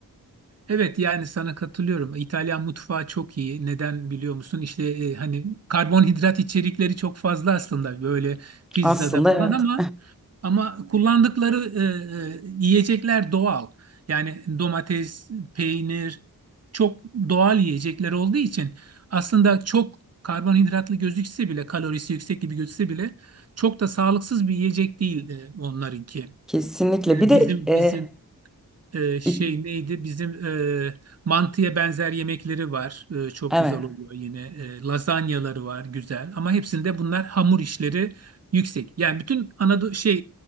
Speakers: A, on the right; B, in the centre.
A: Evet yani sana katılıyorum. İtalyan mutfağı çok iyi. Neden biliyor musun? İşte e, hani karbonhidrat içerikleri çok fazla aslında böyle pizzada
B: Aslında
A: falan
B: evet,
A: ama ama kullandıkları e, e, yiyecekler doğal. Yani domates, peynir çok doğal yiyecekler olduğu için aslında çok karbonhidratlı gözükse bile kalorisi yüksek gibi gözükse bile çok da sağlıksız bir yiyecek değil e, onlarınki.
B: <laughs> kesinlikle.
A: Yani
B: Bir de
A: bizim
B: e,
A: bizim e, şey
B: İ-
A: neydi? Bizim e, mantıya benzer yemekleri var. E, çok
B: evet.
A: güzel oluyor yine. E, lazanyaları var güzel. Ama hepsinde bunlar hamur işleri yüksek. Yani bütün Anadolu şey